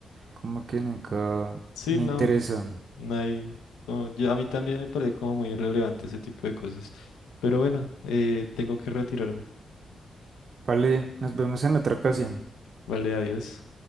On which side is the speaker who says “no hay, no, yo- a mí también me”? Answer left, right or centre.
Left